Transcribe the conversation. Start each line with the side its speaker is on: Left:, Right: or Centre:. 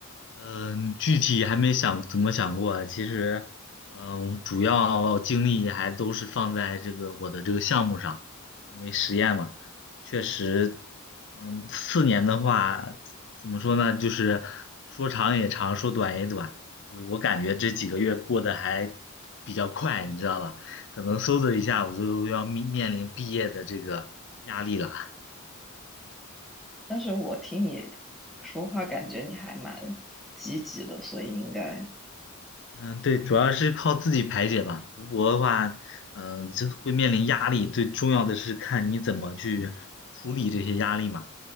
Left: 嗯，具体还没想怎么想过啊。其实，嗯，主要精力还都是放在这个我的这个项目上，因为实验嘛，确实，嗯，四年的话，怎么说呢？就是说长也长，说短也短。就是我感觉这几个月过得还比较快，你知道吧？可能嗖的一下，我就要面面临毕业的这个压力了。
Centre: 但是我听你说话，感觉你还蛮积极的，所以应该
Left: 嗯，对，主要是靠自己排解吧。读博的话，嗯、就会面临压力，最重要的是看你怎么去处理这些压力嘛，